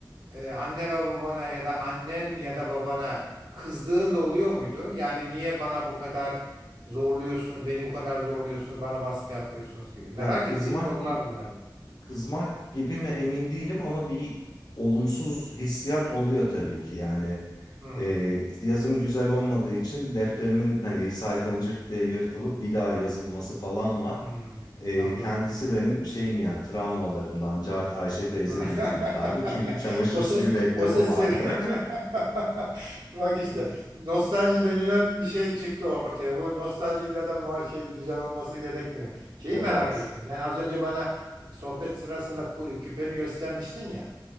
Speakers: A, on the right; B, on the left.
A: Ee, anne ve babana ya da annen ya da babana kızdığın da oluyor muydu? Yani niye bana bu kadar zorluyorsunuz, beni bu kadar zorluyorsunuz, bana baskı yapıyorsunuz gibi. Merak
B: Ya kızmak
A: ettiğim sorular
B: gi-
A: bunlar ya.
B: kızmak gibi mi emin değilim ama bir olumsuz hissiyat oluyor tabii ki. Yani
A: Hmm,
B: e, yazım güzel olmadığı için defterimin hani sayfanın cırt diye yırtılıp bir daha yazılması falan var.
A: hmm,
B: E,
A: anladım.
B: kendisi benim şeyim yani travmalarımdan Cart Ayşe teyze
A: <laughs>
B: deyip yırtardı. Çünkü çamaşır
A: O
B: suyu
A: ses,
B: reklamı
A: o ses
B: vardı.
A: seni... <laughs> Bak işte
B: <laughs>
A: nostalji denilen bir şey çıktı ortaya. Bu nostalji illa da muha- şey güzel olması gerekmiyor. Şeyi
B: Evet.
A: merak ettim. Yani az önce bana sohbet sırasında ku- küpeni göstermiştin ya.